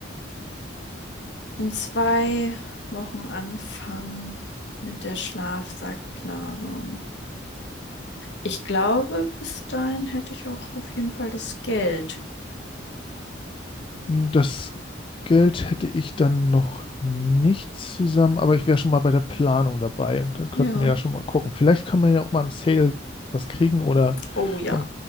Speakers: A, on the left; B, on the left.
A: in zwei Wochen anfangen mit der Schlafsackplanung. Ich glaube, bis dahin hätte ich auch auf jeden Fall das Geld.
B: Mm, Das Geld hätte ich dann noch nicht zusammen, aber ich wäre schon mal bei der Planung dabei. Und dann könnten
A: Ja.
B: wir ja schon mal gucken. Vielleicht kann man ja auch mal im Sale was kriegen oder
A: Oh ja.
B: man,